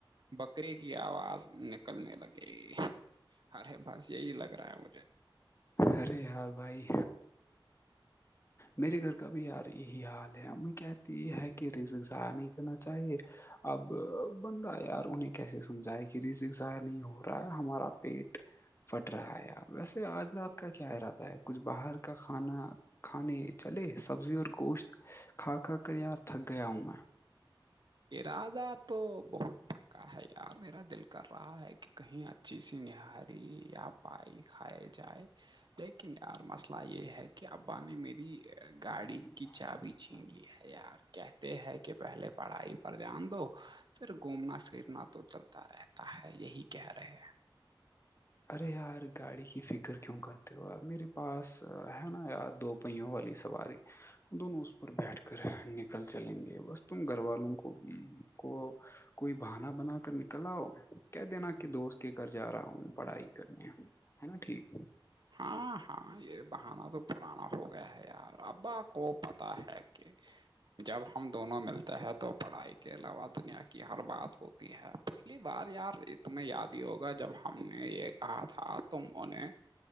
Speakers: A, on the right; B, on the left.
A: بکری کی آواز نک نکلنے لگےی ارے بس یہی لگ رہا ہے مجھے
B: ارے یار بھائی میرے گھر کا بھی یار اور یہی حال ہے امی کہتے یہ ہے کہ رززار نہیں کرنا چاہیے <unintelligible> اب بندہ یار انہیں کیسے سمجھایا کہ رزق ضائع نہیں ہو رہا ہمارا پیٹ پھٹ رہا ہے ی ویسے آج رات کا کیا ارادہ ہے کچھ باہر کا کھانا کھانے چلے سبزی اور گوشت کھا کھا کر یار تھک گیا ہوں میں
A: ارادہ تو بہت پکا ہے یار میرا دل کر رہا ہے کہ کہیں اچھی سی نہاری یا پائی کھائے جائے لیکن یار مسئلہ یہ ہے کہ ابا نے میری گاڑی
B: میں
A: کی چابی چھین لی ہے یار کہتے ہیں کہ پہلے پڑھائی پر پر دھیان دو پھر گھومنا پھرنا تو چلتا رہتا ہے یہی کہہ رہے
B: ارے یار گاڑی کی فکر کیوں کرتا میرے پاس ہے نا یار دو پہیوں والی سواری دونوں اس پر بیٹھ کر نکل چلیں گے بس تم گھر والوں کو کو کوئی بہانا بنا کر نکل آؤ کہ دینا
A: ہیں
B: کہ دوست کے گھر جا رہا ہوں پڑھائی کرنے ہے نا ٹھیک
A: ہاں ہاں یہ بہانا تو پرانا ہو گیا ہے یار ابا کو پتا ہے کہ جب ہم دونوں ملتے ہیں تو پڑھائی کے علاوہ دنیا کی ہر بات ہوتی ہے پچھلی بار یار تیں یاد ہی ہوگا جب ہم نے یہ کہا تھا تم ان نے